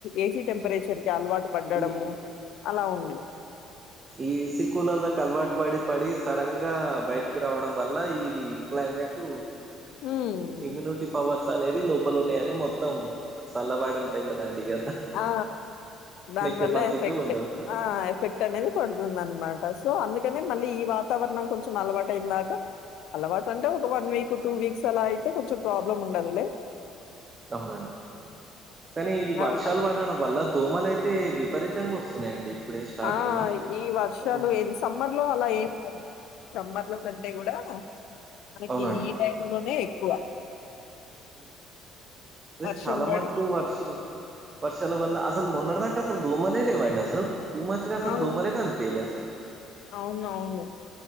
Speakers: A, on the left; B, on the right.
A: ఏసీ టెంపరేచర్ కి అలవాటు పడ్డడము
B: ఏ
A: అలా ఉంది.
B: ఈ ఏసీ కూలర్ లకి అలవాటు పడి పడి సడన్ గా బయటకి రావడం వల్ల ఇది క్లైమేటు
A: హ
B: ఇమ్యూనిటీ పవర్స్ అనేది లోపలనేయని మొత్తం చల్లబడుంటయి కదండి ఇక
A: ఆ దాని
B: కెపాసిటీ
A: వల్ల ఎఫెక్ట్
B: ఉండదన్నట్టు.
A: ఆ ఎఫెక్ట్ అనేది పడుతుంద అనమాట సో అందుకనే మళ్ళీ ఈ వాతావరణం కొంచెం అలవాటుయిన దాకా అలవాటు అంటే ఒక వన్ వీక్ టూ వీక్స్ అలా అయితే కొంచెం ప్రాబ్లం ఉండదులే
B: అవునండి కానీ ఈ వర్షాలు
A: అదలా
B: పడడం వల్ల దోమలైతే అయితే విపరీతంగా వస్తున్నాయండి ఇప్పుడే స్టార్టింగ్‌లా.
A: ఆ ఈ వర్షాలు
B: మరి
A: ఏది సమ్మర్ లో అలా ఏమిండ సమ్మర్ లో కంటే కూడా మనకి
B: అవునండి
A: ఈ టైం లోనే ఎక్కువ
B: ఓ అదే
A: వర్షం
B: చాలా
A: బడి
B: మటుకు వర్ష వర్షాల వల్ల అసలు మొన్నటి దాకా అసలు దోమలే లేవండి అసలు టూ మంత్స్ గ అసలు
A: అవును.
B: దోమలే కనీపీయాలా అసలు
A: అవునవును